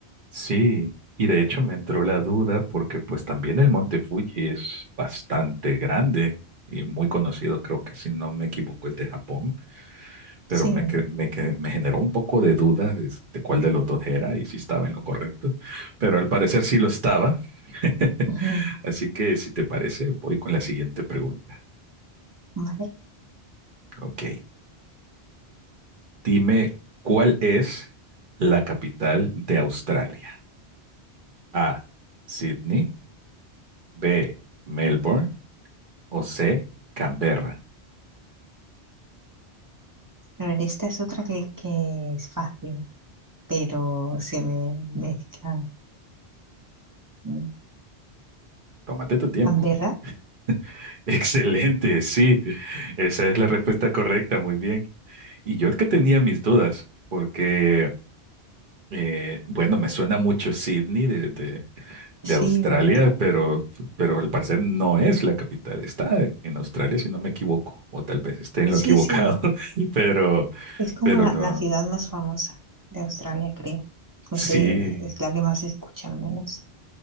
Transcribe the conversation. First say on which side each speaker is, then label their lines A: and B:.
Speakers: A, on the right; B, on the right.
A: Sí, y de hecho me entró la duda porque pues también el Monte Fuji es bastante grande y muy conocido, creo que si no me equivoco es de Japón, pero
B: Sí.
A: me, cre- me, que- me generó un poco de duda de, de cuál de los dos era y si estaba en lo correcto, pero al parecer sí lo estaba. <laughs>
B: Ujú.
A: Así que si te parece, voy con la siguiente pregunta.
B: Vale.
A: Ok, dime cuál es la capital de Australia. A, Sydney. B, Melbourne o C, Canberra.
B: A ver, esta es otra que, que es fácil, pero se me mezclan. Mm.
A: Tómate tu tiempo.
B: Canberra.
A: <laughs> Excelente, sí, esa es la respuesta correcta, muy bien. Y yo que tenía mis dudas, porque, eh, bueno, me suena mucho Sydney de, de- de
B: Sí,
A: Australia,
B: ¿verdad?
A: pero, pero al parecer no es la capital, está en Australia, si no me equivoco, o tal vez esté en
B: Sí,
A: lo equivocado,
B: sí.
A: <laughs> pero,
B: Es como
A: pero
B: la,
A: no,
B: la ciudad más famosa de Australia, creo. No
A: sí,
B: sé, es la que más se escucha al menos